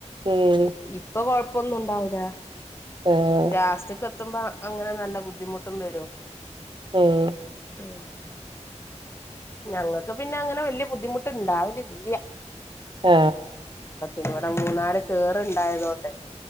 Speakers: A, on the right (about 40°); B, on the left (about 20°).
A: ഉം
B: ഇപ്പൊ കൊഴ പ്പൊന്നുണ്ടാവുലാ
A: ആഹ്
B: ജാസ്തിക്ക് എത്തുമ്പാ അങ്ങനെ നല്ല ബുദ്ധിമുട്ടും ബരു
A: ഉം
B: ആ ഞങ്ങൾക്ക് പിന്നെ അങ്ങനെ വല്ല്യ ബുദ്ധിമുട്ട് ണ്ടാവലില്ല്യ
A: ആ
B: ഇവടെ മൂന്നാല് കേറ്ണ്ടായതോണ്ടെ